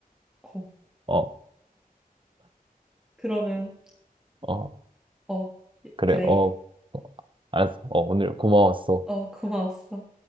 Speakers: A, in the centre; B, on the right.
A: 고.
B: 어,
A: 그러면.
B: 어,
A: 어,
B: 그래.
A: 그래.
B: 어, 어, 알았어. 어, 오늘 고마웠어.
A: 어, 고마웠어.